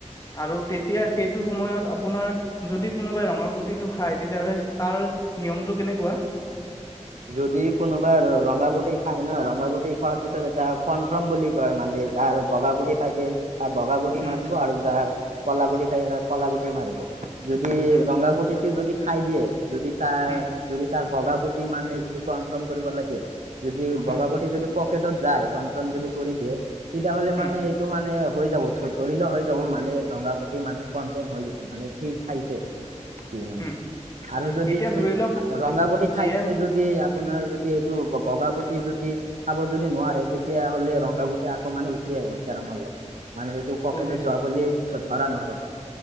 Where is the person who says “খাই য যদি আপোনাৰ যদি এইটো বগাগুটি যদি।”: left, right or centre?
Right